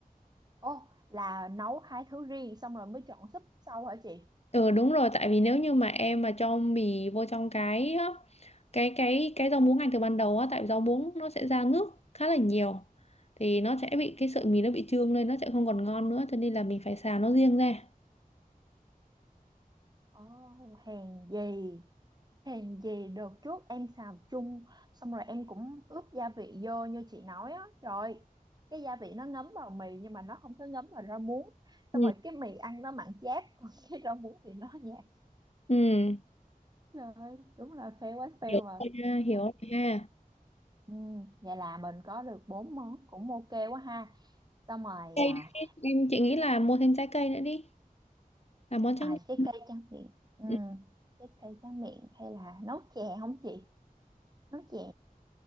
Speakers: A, on the right (about 25°); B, on the left (about 45°).
A: ô là nấu hai thứ riêng xong rồi mới chọn súp sau hả chị?
B: ừ đúng rồi tại vì nếu như mà em mà cho mì vô trong cái cái cái cái rau muống ngay từ ban đầu á tại rau muống nó sẽ ra nước khá là nhiều thì nó sẽ bị cái sợi mì nó bị trương lên nó sẽ không còn ngon nữa cho nên là mình phải xào nó riêng ra
A: Ồ, hèn gì Hèn gì đợt trước em xào chung xong rồi em cũng ướp gia vị vô như chị nói á trời ơi, cái gia vị nó ngấm vào mì nhưng mà nó không có ngấm vào rau muống
B: Ừ.
A: xong rồi cái mì ăn nó mặn chát <laughs> còn cái rau muống thì nó nhạt
B: ừ
A: trời ơi, đúng là fail quá fail
B: hiểu
A: mà
B: rồi ha hiểu
A: à,
B: rồi ha
A: ừ, vậy là mình có được bốn món cũng ok quá ha xong rồi
B: cây
A: à,
B: đấy, em chị nghĩ là mua thêm trái cây nữa đi làm món tráng
A: à cái
B: miệng
A: cây tráng miệng ừ,
B: Ừ,
A: cái cây tráng miệng hay là nấu chè không chị nấu chè